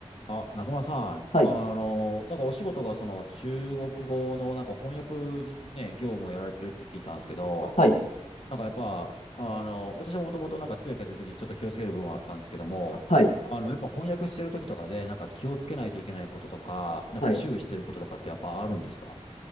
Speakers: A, on the left; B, on the left.
A: あ、中村さん、
B: はい。
A: あの、なんかお仕事がその中国語のなんか翻訳じ、ね、業務をやられてるって聞いたんですけど、
B: はい。
A: なんかやっぱ、あの、私ももともとなんか通訳やってる時にちょっと気をつける部分はあったんですけども、
B: はい。
A: あの、やっぱ翻訳してる時とかでなんか気をつけないといけないこととか、なんか注意してることとかってやっぱあるんですか
B: はい。